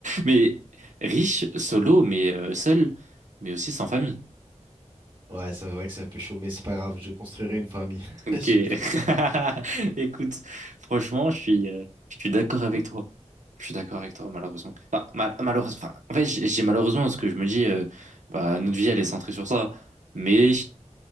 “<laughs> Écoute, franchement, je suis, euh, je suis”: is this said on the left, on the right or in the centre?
Right